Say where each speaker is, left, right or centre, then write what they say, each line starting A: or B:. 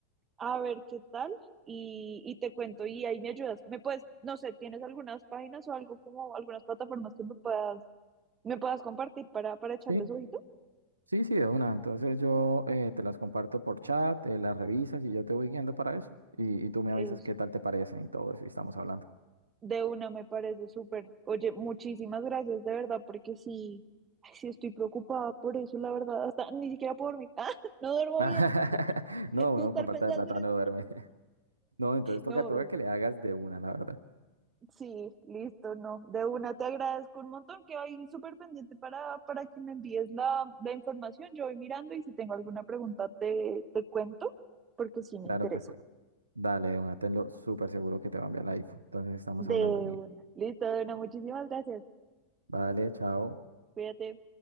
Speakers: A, on the right; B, on the right.
A: a ver qué tal y, y te cuento y ahí me ayudas, me puedes, no sé, tienes algunas páginas o algo como algunas plataformas que me puedas, me puedas compartir para, para echarles
B: Sí,
A: ojito,
B: sí, sí, de una. Entonces, yo eh, te las comparto por chat, eh, las revisas y yo te voy guiando para eso. Y, y tú me
A: eso.
B: avisas qué tal te parecen y todo eso. Y estamos hablando.
A: De una me parece súper. Oye, muchísimas gracias de verdad, porque sí, ay, sí estoy preocupada por eso, la verdad, hasta ni siquiera puedo dormir. <laughs> Ah, no duermo
B: <laughs>
A: bien
B: No, uno
A: de estar
B: con falta
A: pensando
B: de plata
A: en eso.
B: no duerme. <laughs> No, entonces toca,
A: No,
B: toca
A: horrible.
B: que le hagas de una, la verdad.
A: Sí, listo, no. De una te agradezco un montón, que hoy súper pendiente para, para que me envíes la, la información. Yo voy mirando y si tengo alguna pregunta te, te cuento, porque sí me
B: Claro
A: interesa.
B: que sí. Dale, de una. Tenlo súper seguro que te va a enviar la info. Entonces, estamos
A: De
B: hablando, niña.
A: una. Listo, de una, muchísimas gracias.
B: Vale, chao.
A: Cuídate.